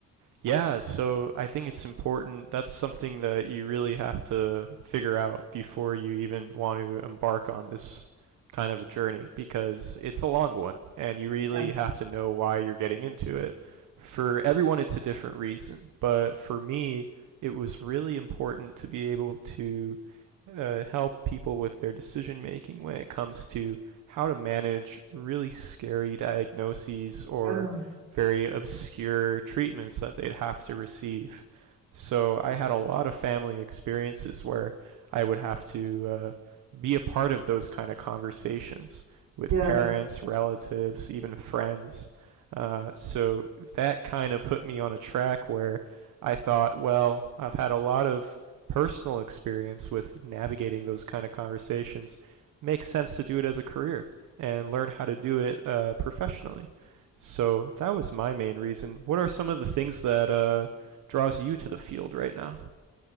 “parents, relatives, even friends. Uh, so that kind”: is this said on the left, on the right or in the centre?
Right